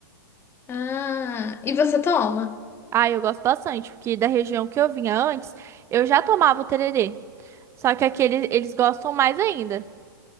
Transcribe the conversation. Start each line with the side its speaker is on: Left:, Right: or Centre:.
Left: Ah, e você toma?
Right: Ah, eu gosto bastante, porque da região que eu vinha antes, eu já tomava o tererê. Só que aqui eles, eles gostam mais ainda.